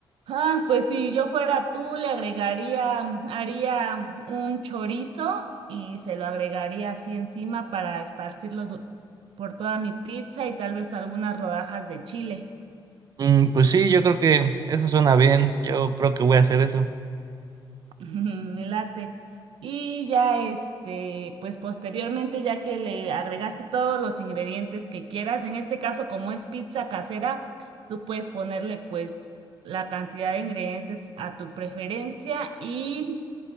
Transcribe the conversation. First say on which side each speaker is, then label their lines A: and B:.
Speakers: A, on the right; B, on the right.
A: Ah, pues si yo fuera tú, le agregaría, haría un chorizo y se lo agregaría así encima para esparcirlo du- por toda mi pizza y tal vez algunas rodajas de chile.
B: Mm, pues sí, yo creo que eso suena bien. Yo creo que voy a hacer eso.
A: <laughs> Me late. Y ya este, pues posteriormente, ya que le agregaste todos los ingredientes que quieras, en este caso, como es pizza casera, tú puedes ponerle pues la cantidad de ingredientes a tu preferencia y